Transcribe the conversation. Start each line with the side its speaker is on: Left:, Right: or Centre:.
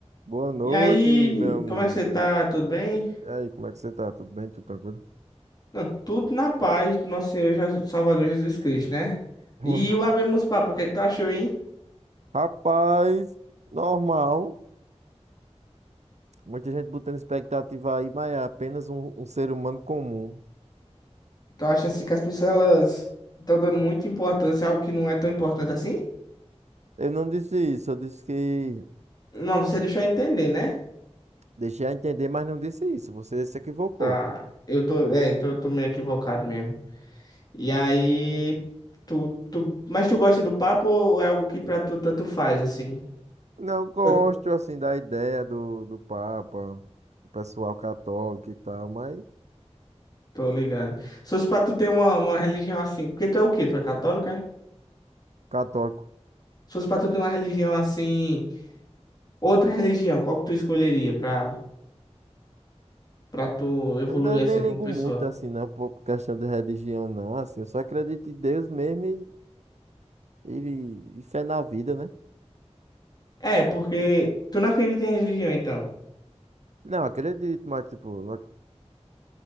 Right: Boa noite,
Left: E aí,
Right: meu amigo.
Left: como é que você tá?
Right: E
Left: Tudo bem?
Right: e aí, como é que você tá? Tudo bem? Tudo tranquilo?
Left: Não, tudo na paz do nosso Senhor Jesus- Salvador Jesus Cristo, né?
Right: <laughs>
Left: E o abemos papo, o que é que tu achou, hein?
Right: Rapaz, normal. Muita gente botando expectativa aí, mas é apenas um, um ser humano comum.
Left: Tu acha assim que as pessoas elas estão dando muita importância a algo que não é tão importante assim?
Right: Eu não disse isso, eu disse que
Left: Não, você deixou eu entender, né?
Right: deixei a entender, mas não disse isso. Você se equivocou.
Left: Tá. Eu tô, é, então eu tô meio equivocado mesmo. E aí, tu, tu, mas tu gosta do papo ou é algo que pra tu tanto faz, assim?
Right: Não gosto,
Left: Eu
Right: assim, da ideia do, do Papa, do pessoal católico e tal, mas
Left: Tô ligado. Se fosse pra tu ter uma, uma religião assim, porque tu é o quê? Tu é católico, é?
Right: católico.
Left: Se fosse pra tu ter uma religião assim, outra religião, qual que tu escolheria pra, pra tu evoluir
Right: Eu não-
Left: assim
Right: nem ligo
Left: como pessoa?
Right: muito, assim, não, por questão de religião, não, assim. Eu só acredito em Deus mesmo E, e fé na vida, né?
Left: É, porque tu não acredita em religião, então.
Right: Não, acredito, mas tipo, não ac-